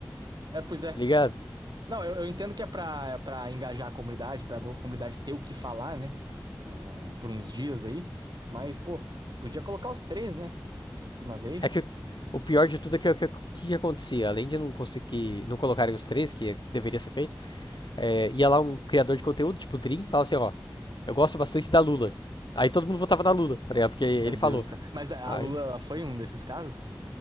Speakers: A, on the right (about 65°); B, on the left (about 85°).
A: É, pois é.
B: Tá ligado?
A: Não, eu, eu entendo que é pra, é pra engajar a comunidade, pra go- comunidade ter o que falar, né? Pra- por uns dias aí. Mas, pô, podia colocar os três, né? De uma vez.
B: É que o o pior de tudo é que o que, que que acontecia, além de não conseguir, não colocarem os três, que deveria ser feito, é, ia lá um criador de conteúdo, tipo o Dream, e falava assim, ó, eu gosto bastante da Lula. Aí todo mundo votava na Lula, tá ligado? Porque ele
A: Meu Deus
B: falou.
A: do céu. Mas a
B: Aí,
A: a Lula, ela foi um desses casos?